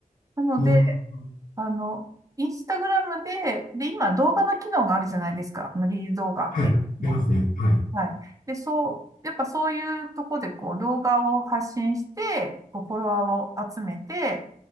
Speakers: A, on the right; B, on the left.
A: なので、
B: あ
A: あの、インスタグラムで、で、今動画の機能があるじゃないですか。あのリール動画っていうのが。
B: あ、はい。ありますね。はい。
A: はい。で、そう、やっぱそういうとこでこう動画を発信して、こうフォロワーを集めて、